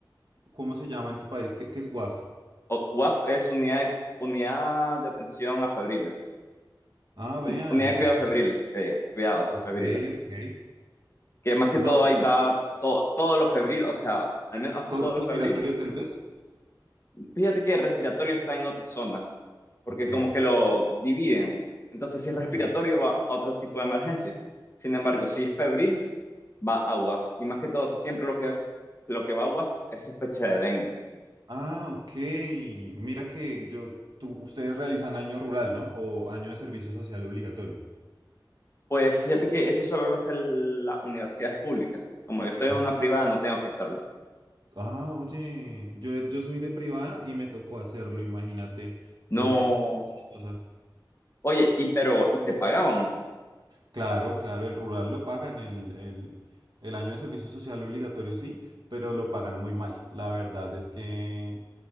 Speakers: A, on the right (about 60°); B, on the left (about 35°).
A: ¿Cómo se llama en tu país? ¿Qué, qué es WAF?
B: O- UAF es unidad, unidad de atención a febriles.
A: Ah,
B: Un-
A: vean.
B: unidad de cuidados febriles, que diga, cuidados
A: Ok,
B: febriles.
A: ok.
B: Que más que
A: No,
B: todo ahí va to- todos los febriles, o sea, al menos aquí
A: todo
B: todos
A: lo respiratorio
B: los febriles.
A: tal vez.
B: Fíjate que el respiratorio está en otra zona. porque
A: Ok,
B: como que lo dividen. Entonces, si es
A: ok.
B: respiratorio, va a otro tipo de emergencia. Sin embargo, si es febril, va a UAF. Y más que todo, siempre lo que, lo que va a UAF es sospecha de dengue.
A: Ah, ok. Mira que yo, tú, ustedes realizan año rural, ¿no? O año de servicio social obligatorio.
B: Pues fíjate que eso solo lo hace las universidades públicas. Como yo estoy
A: Ah,
B: en una privada, no tengo que hacerlo.
A: Ah, oye, yo, yo soy de privada y me tocó hacerlo, imagínate.
B: No.
A: Tuve que pasar muchas cosas.
B: Oye, y pero, ¿y te pagaban?
A: Claro, claro, el rural lo pagan, el, el, el año de servicio social obligatorio sí, pero lo pagan muy mal. La verdad es que